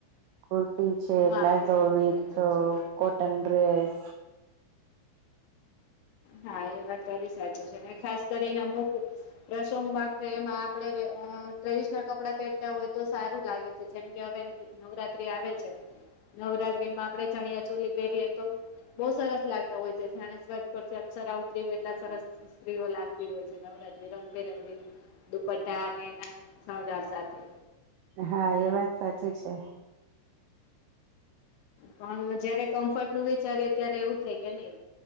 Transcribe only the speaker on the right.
કુર્તી છે,
પ્લાઝો
વિથ
કોટન ડ્રેસ.
હા એ વાત સાચી છે.